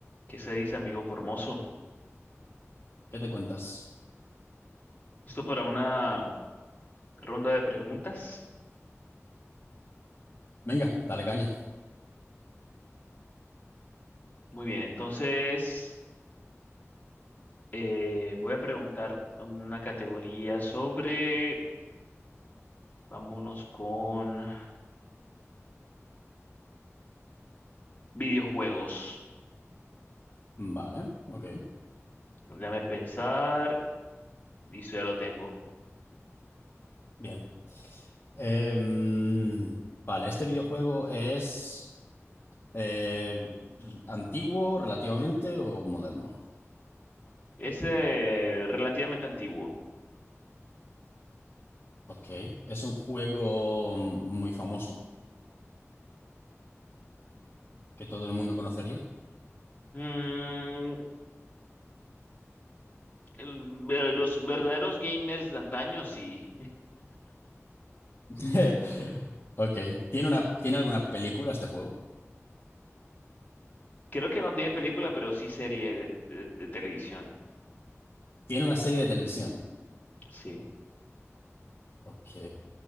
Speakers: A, on the left; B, on the left.
A: ¿Qué se dice, amigo Formoso?
B: ¿Qué te cuentas?
A: Esto para una ronda de preguntas.
B: Venga, dale caña.
A: Muy bien, entonces eh, voy a preguntar una categoría sobre, vámonos con videojuegos.
B: Vale, ok,
A: Déjame pensar, listo, ya lo tengo.
B: bien. Em, vale, ¿este videojuego es eh, antiguo relativamente o moderno?
A: Es eh, relativamente antiguo.
B: Ok, es un juego muy famoso que todo el mundo conocería.
A: Mm, el- ver- los verdaderos gamers de antaño, sí.
B: <laughs> Ok, ¿tiene una, tiene alguna película este juego?
A: Creo que no tiene película, pero sí serie de, de- de televisión.
B: Tiene una serie de televisión.
A: Sí.
B: Ok.